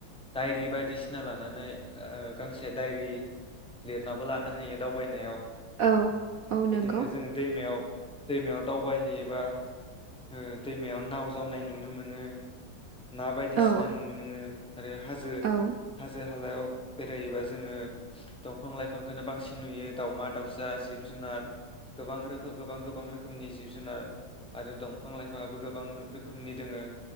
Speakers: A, in the centre; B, on the right.
A: दाइरि बायदिसिना लानानै ओ गांसे दायरि लिरनाबो लानो हायो दावबायनायाव
B: औ औ
A: बिदिनो
B: नंगौ
A: जों दैमायाव दैमायाव दावबायहैयोबा ओ दैमायाव नाव जावनाय नुनो मोनो ना बायदिसिना
B: औ
A: नुनो मोनो आरो हाजो
B: औ
A: हाजो हालायाव बेरायोबा जोंङो दंफां लाइफांखोनो बांसिन नुयो दाउमा दाउ <unintelligible> जिब जुनार गोबां रोखो गोबां गोबां रोखोमनि जिब जुनार आरो दंफां लाइफाङाबो गोबां रोखोमनि दोंङो।